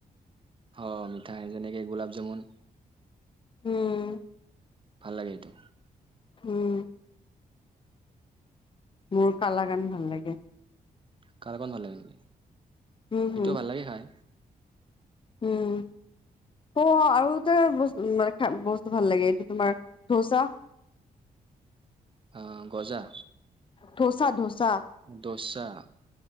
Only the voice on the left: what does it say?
উম
উম মোৰ কালা গান ভাল লাগে
উম,
হুম।
উম অ অ আৰু এটা মে বস্তু ভাল লাগে এইটো তোমাৰ ধৌচা
ধোচা ধোচা